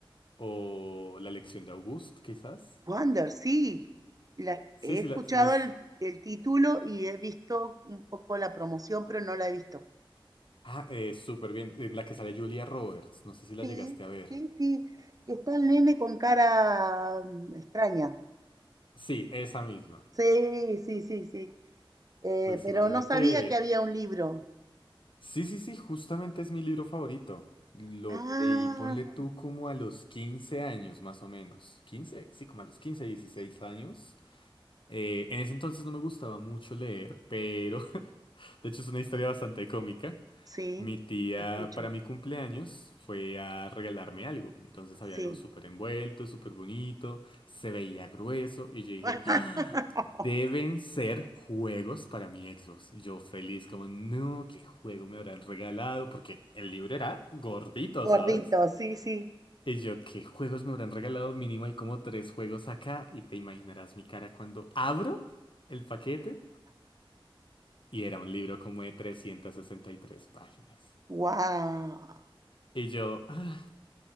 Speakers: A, on the left; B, on the right.
A: o La lección de August, quizás?
B: Wonder, sí. La,
A: Sí,
B: he
A: sí,
B: escuchado
A: la, sí las...
B: el, el título y he visto un poco la promoción, pero no la he visto.
A: Ah, eh, súper bien, en la que sale Julia Roberts, no sé si la
B: Sí,
A: llegaste a ver.
B: sí, sí. que Está el nene con cara mm, extraña.
A: Sí, esa misma.
B: Sí, sí, sí, sí. Eh,
A: Pues
B: pero
A: imagínate...
B: no sabía que había un libro.
A: Sí, sí, sí, justamente es mi libro favorito. Lo
B: Ah,
A: leí, ponle tú como a los 15 años, más o menos. ¿15? Sí, como a los 15, 16 años. Eh, en ese entonces no me gustaba mucho leer, pero <laughs> de hecho es una historia bastante cómica.
B: sí,
A: Mi tía
B: te escucho.
A: para mi cumpleaños fue a regalarme algo. Entonces había
B: Sí.
A: algo súper envuelto, súper bonito, se veía grueso y yo dije,
B: <laughs>
A: "Ah, deben ser juegos para mi Xbox. Yo feliz como, no, ¿qué juego me habrán regalado? Porque el libro era gordito,
B: Gordito,
A: ¿sabes?
B: sí, sí.
A: Y yo, ¿qué juegos me habrán regalado? Mínimo hay como tres juegos acá y te imaginarás mi cara cuando abro el paquete Y era un libro como de 363 páginas.
B: Wow.
A: Y yo, "Ah,